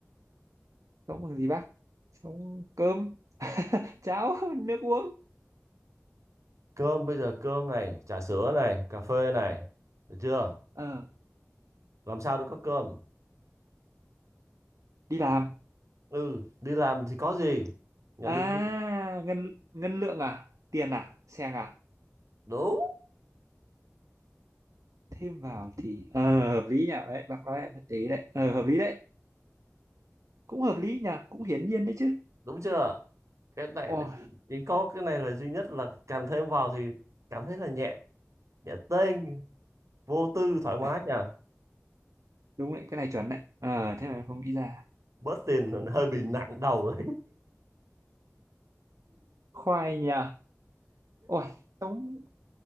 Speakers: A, on the right; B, on the right.
A: sống bằng gì bác sống cơm <laughs> cháo nước uống
B: cơm bây giờ cơm này trà sữa này cà phê này được chưa
A: ờ
B: làm sao để có cơm
A: đi làm
B: ừ đi làm thì có gì nhận
A: à
B: được lương.
A: ngân ngân lượng à tiền à xe à
B: đúng
A: thêm vào thì ờ hợp lý nhỉ đấy bác nói em mới tí đấy ờ hợp lý đấy cũng hợp lý nhỉ cũng hiển nhiên đấy chứ
B: đúng chưa cái này
A: ôi
B: là chỉ có cái này là duy nhất là càng thêm vào thì cảm thấy là nhẹ nhẹ tênh vô tư thoải mái
A: thật
B: nhỉ
A: đúng đấy cái này chuẩn đấy ờ thế mà em không nghĩ ra
B: bớt tiền là hơi bị nặng đầu đấy
A: khoai nhỉ ôi sống